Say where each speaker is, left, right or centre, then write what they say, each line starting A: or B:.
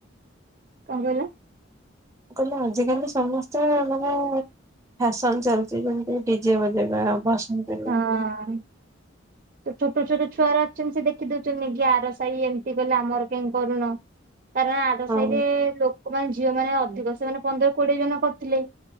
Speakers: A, on the right (about 45°); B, on the right (about 15°).
A: କଣ କହିଲ?
B: ମୁଁ କହିଲି ଆଜିିକାଲି ସମସ୍ତେ ମାନେ ଫ୍ୟାସନ ଚାଲିଛି ଯେମିତିକି ଡି ଡିଜେ ବଜେଇବା ଆଉ ପସନ୍ଦ କରିବା।
A: ହଁ। ତ ଛୋଟ ଛୋଟ ଛୁଆଅରା ଅଛନ୍ତି ସେ ଦେଖିଦଉଛନ୍ତି କି ଆର ସାହି ଏମିତି କଲେ ଆମର କାଇଁ କରୁନ? କାରଣ ଆର
B: ହଁ
A: ସାହି ରେ ଲୋକମାନେ ଝିଅମାନେ ଅଧିକ ସେମାନେ ପନ୍ଦର କୋଡିଏ ଜଣ କରିଥିଲେ।